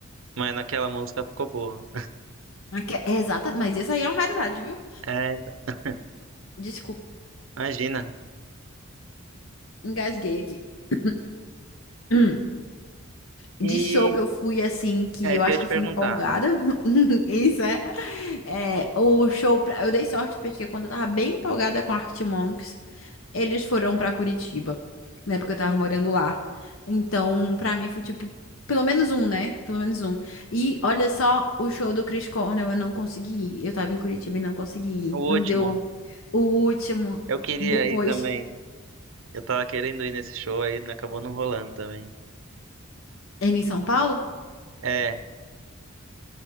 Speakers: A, on the right; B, on the left.
A: Mas naquela música ficou boa.
B: <laughs> Aque- É exata, mas isso aí é uma raridade, viu?
A: É, então,
B: Desculpa,
A: imagina.
B: engasguei aqui. <clears throat> Hum, De
A: E
B: show que eu fui, assim, que
A: é,
B: eu
A: isso
B: acho
A: que eu
B: que
A: te
B: eu
A: perguntar.
B: fui empolgada, <laughs> isso é, é, o show, pra- eu dei sorte, porque quando eu tava bem empolgada com Arctic Monkeys, Eles foram pra Curitiba, na época eu tava morando lá. Então, pra mim foi tipo, pelo menos um, né? Pelo menos um. E olha só, o show do Chris Cornell eu não consegui ir. Eu tava em Curitiba e não consegui
A: O
B: ir. Não
A: último,
B: deu o último.
A: eu queria
B: Depois,
A: ir também. Eu tava querendo ir nesse show aí, não- acabou não rolando também.
B: ele em São Paulo,
A: É,